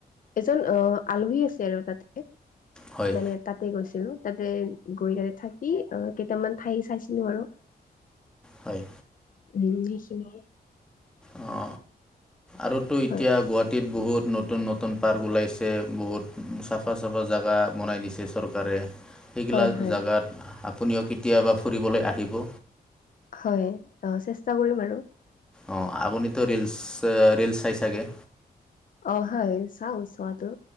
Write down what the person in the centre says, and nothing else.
হয়
হয়।
অ, আৰুতো এতিয়া
গুৱাহাটীত। বহুত নতুন নতুন পাৰ্ক ওলাইছে। বহুত চাফা চাফা জেগা বনাই দিছে চৰকাৰে। সেইগিলা
জেগাত আপুনিও কেতিয়াবা ফুৰিবলৈ আহিব।
অ আপুনিতো ৰিলচ ৰিলচ চাই চাগে।